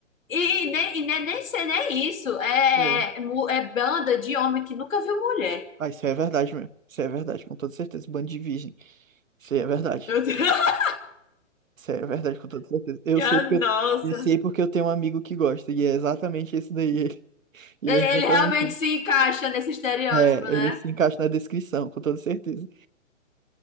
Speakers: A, on the left; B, on the right.
A: E, e nem, e nem, nem ser nem isso. É,
B: É.
A: é, mu- é banda de homem que nunca viu mulher.
B: Ah, isso é verdade mesmo. Isso é verdade, com toda certeza. Bando de virgem. Isso aí é verdade.
A: Meu Deus. <laughs>
B: Isso é verdade, com toda certeza. Eu
A: Minha
B: sei porque
A: nossa.
B: eu, eu sei porque eu tenho um amigo que gosta, e é exatamente isso daí. <laughs> Ele
A: Ele,
B: é exatamente
A: ele realmente
B: isso.
A: se encaixa nesse estereótipo,
B: É,
A: né?
B: ele se encaixa na descrição, com toda certeza.